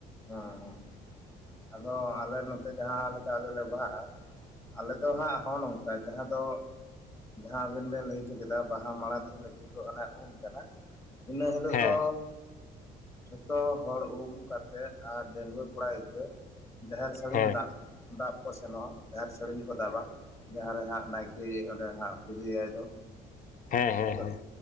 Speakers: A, on the left; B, on the left.
A: ᱦᱮᱸ ᱟᱫᱚ ᱟᱞᱮ ᱱᱚᱛᱮ ᱡᱟᱦᱟᱸ ᱞᱮᱠᱟ ᱟᱞᱮ ᱞᱮ ᱵᱟᱦᱟᱜᱼᱟ। ᱟᱞᱮ ᱫᱚ ᱦᱟᱸᱜ ᱦᱚᱸᱜ ᱱᱚᱝᱠᱟ ᱡᱟᱦᱟᱸ ᱫᱚ ᱡᱟᱦᱟᱸ ᱟᱵᱤᱱ ᱵᱮᱱ ᱞᱟᱹᱭ ᱦᱚᱪᱚ ᱠᱮᱫᱟ ᱵᱟᱦᱟ ᱢᱟᱲᱟᱝ ᱫᱤᱱ ᱚᱱᱟ ᱩᱢ ᱠᱟᱱᱟ। ᱤᱱᱟᱹ ᱦᱤᱞᱳᱜ
B: ᱦᱮᱸ
A: ᱫᱚ ᱡᱷᱚᱛᱚ ᱦᱚᱲ ᱩᱢ ᱠᱟᱛᱮᱫ ᱟᱨ ᱰᱤᱝᱜᱟᱹᱣᱟ. ᱠᱚᱲᱟ ᱜᱤᱫᱽᱨᱟᱹ ᱡᱟᱦᱮᱨ ᱥᱟᱹᱲᱤᱢ
B: ᱦᱮᱸ
A: ᱫᱟᱜ ᱫᱟᱵ ᱠᱚ ᱥᱮᱱᱚᱜᱼᱟ ᱡᱟᱦᱮᱨ ᱥᱟᱹᱲᱤᱢ ᱠᱚ ᱫᱟᱵᱟ। ᱡᱟᱦᱟᱸ ᱨᱮ ᱦᱟᱸᱜ ᱱᱟᱭᱠᱮ ᱚᱸᱰᱮ ᱦᱟᱸᱜ ᱯᱩᱡᱟᱹᱭᱟᱭ ᱫᱚ
B: ᱦᱮᱸ ᱦᱮᱸ
A: ᱟᱫᱚ।
B: ᱦᱮᱸ